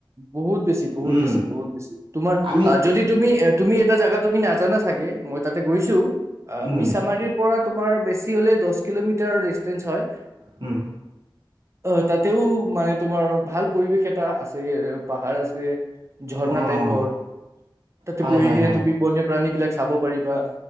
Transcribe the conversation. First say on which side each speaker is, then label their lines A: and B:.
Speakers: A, on the right; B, on the right.
A: বহুত বেছি বহুত
B: উম,
A: বেছি বহুত বেছি তোমাৰ
B: আমি
A: যদি তুমি, তুমি এটা জাগা তুমি নাজানা চাগে মই তাতে গৈছোঁ। অ
B: উম,
A: মিছামাৰীৰ পৰা, তোমাৰ বেছি হ'লে দছ কিলোমিটাৰ ডিচটেনচ হয়
B: হম।
A: অ তাত। তেও মানে তোমাৰ ভাল পৰিৱেশ এটা আছে পাহাৰ আছে। ঝৰ্ণা
B: অঁ
A: টাইপৰ তাতে
B: হয়
A: বহি
B: হয়
A: কিনে
B: হয়
A: তুমি বন্য প্ৰাণী বিলাক চাব পাৰিবা।